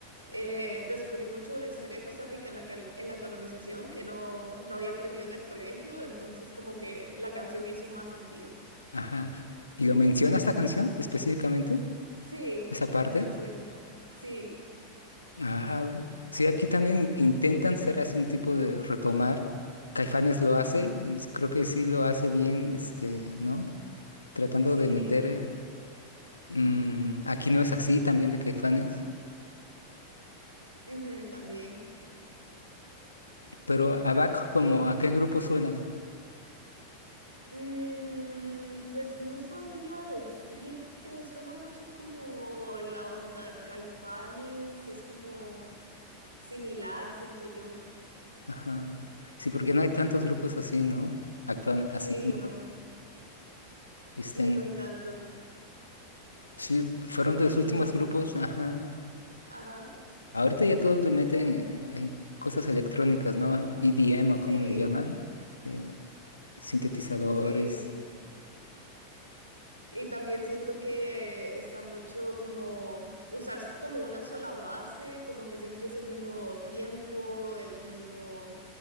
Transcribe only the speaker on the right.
eh, descubrí mucho de la historia de Costa Rica en la, cal- en la colonización que no, no había aprendido en el colegio, entonces como que la canción hizo más sentido.
Sí,
esa canción. Sí,
sí,
ujú, también.
Y
mm, pues no sabría decirte, suena mucho como la onda Caifanes, es como similar, siento yo.
Sí,
no,
sí, no hay tanto.
Y,
ajá,
sí.
Sí, y también siento que está mucho como usar s- como una sola base, como que siempre es el mismo tiempo, el mismo